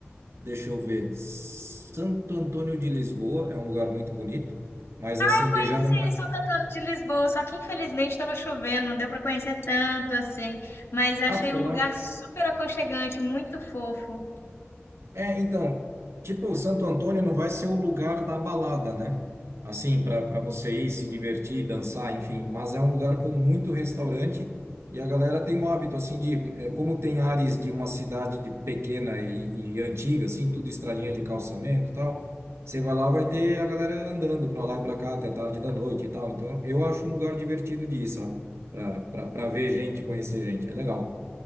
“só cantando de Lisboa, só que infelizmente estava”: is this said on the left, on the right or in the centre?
Left